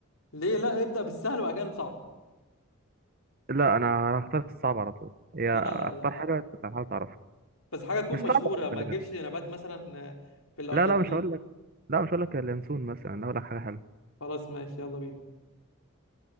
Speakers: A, on the left (about 70°); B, on the right (about 40°).
A: ليه لا ابدأ بالسهل وبعد كده نصعب
B: لا انا هختار الصعب على طول هي
A: لا
B: اختار
A: لا لا لا
B: حاجة أنت تحاول تعرفها
A: بس حاجة تكون
B: مش
A: مشهورة
B: صعبة أوي،
A: ما
B: خلي
A: تجيبش
B: بالك
A: نبات مثلا آه، في الأرجنتين
B: لا لا مش هقول لك لا مش هقول لك اليانسون مثلا أنا هقول لك حاجة حلوة
A: خلاص ماشي يلا بينا